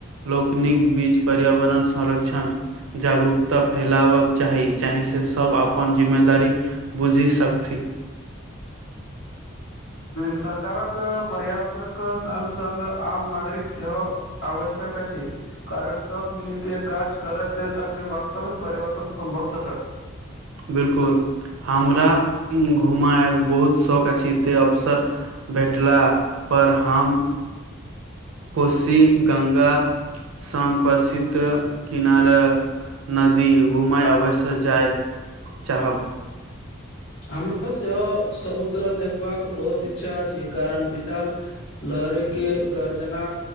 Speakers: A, on the right (about 75°); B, on the left (about 55°).
A: लोकनिक बीच पर्यावरण संरक्षण जागरूकता फैलाबक चाही जाहि से सब आपन जिम्मेदारी बुझि सकथि
B: सरकारक प्रयासक सङ्ग सङ्ग आम नागरिक सेहो आवश्यक अछि कारण सब मिली के काज करते तखने वास्तविक परिवर्तन सम्भव सकत
A: बिलकुल हमरा घुमायक बहुत शौक अछि तैं अफसर भेटला पर हम कोशी गंगा संग प्रसिद्ध किनारक नदी घुमय अवश्य जाय चाहब
B: हमरो सेहो समुद्र देखबाक बहुत इच्छा अछि कारण विशाल लहरे के गर्जना